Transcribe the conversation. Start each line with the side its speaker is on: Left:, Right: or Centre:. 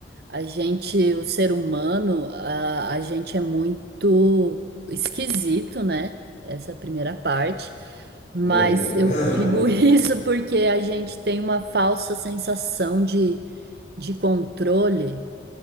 Right: A gente, o ser humano, a, a gente é muito esquisito, né? Essa primeira parte. Mas
Left: Muito,
Right: eu
Left: <laughs>
Right: digo
Left: muito.
Right: <laughs> isso porque a gente tem uma falsa sensação de, de controle